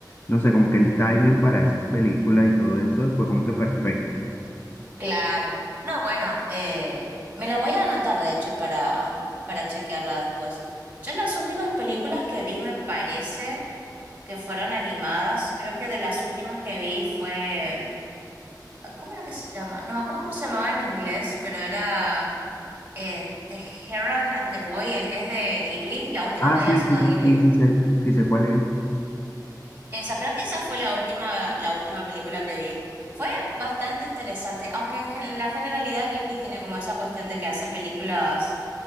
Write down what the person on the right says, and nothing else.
Claro. No, bueno, eh, me la voy a anotar, de hecho, para, para chequearla después. Yo las últimas películas que vi me parece que fueron animadas. Creo que de las últimas que vi fue... mm, ah, ¿Cómo era que se llama? No me acuerdo cómo se llamaba en inglés, pero era eh, The Heron and the Boy, el que es de Ghibli, la última
que
había sacado
Ghibli.
Esa, creo que esa fue la última, la última película que vi. Fue bastante interesante, aunque en, gen- en la generalidad Ghibli tiene como esa cuestión de que hace películas